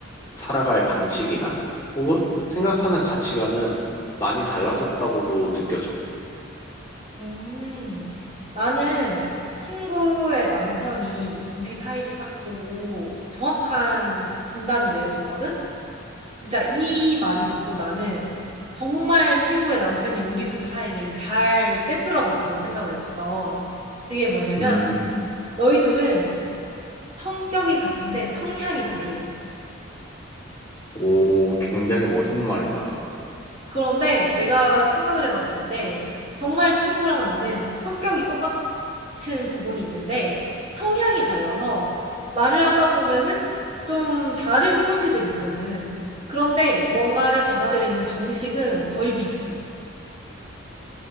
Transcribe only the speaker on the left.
살아갈 방식이나 혹은 생각하는 가치관은 많이 달라졌다고도 느껴져.
음,
오, 굉장히 멋있는 말이다.